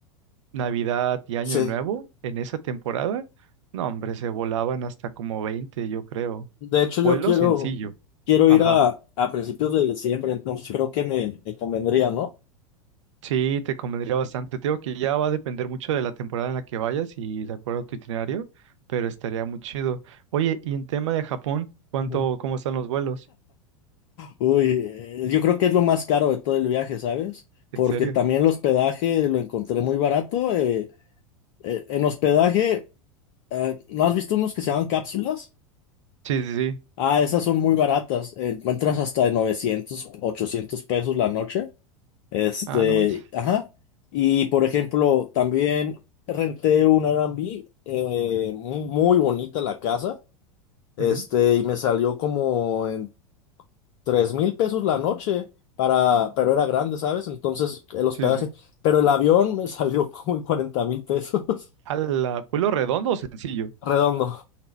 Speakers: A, on the right; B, on the left.
A: Navidad y Año
B: Sí.
A: Nuevo, en esa temporada, no, hombre, se volaban hasta como 20, yo creo.
B: De hecho, yo
A: Vuelo
B: quiero,
A: Mm. sencillo,
B: quiero
A: ajá.
B: ir a, a principios de diciembre, entonces creo que me, me convendría, ¿no?
A: Sí, te convendría bastante. Te digo que ya va a depender mucho de la temporada en la que vayas y de acuerdo a tu itinerario, pero estaría muy chido. Oye, y en tema de Japón, ¿cuánto,
B: Ujú.
A: cómo están los vuelos?
B: Uy, eh, yo creo que es lo más caro de todo el viaje, ¿sabes? Porque
A: ¿En serio?
B: también el hospedaje lo encontré muy barato. eh, Eh, en hospedaje, eh, ¿no has visto unos que se llaman cápsulas?
A: Sí, sí, sí.
B: Ah, esas son muy baratas. eh, Encuentras hasta de 900 800 pesos la noche. Este,
A: Ah, no manches.
B: ajá. Y por ejemplo, también renté un Airbnb, eh, mu- muy bonita la casa. Este,
A: Ujú.
B: y me salió como en tres mil pesos la noche. Para, pero era grande, ¿sabes? Entonces, el hospedaje.
A: Sí, sí.
B: Pero el avión me <laughs> salió como en cuarenta mil pesos.
A: ¿Al
B: <laughs>
A: vuelo redondo o sencillo?
B: Redondo.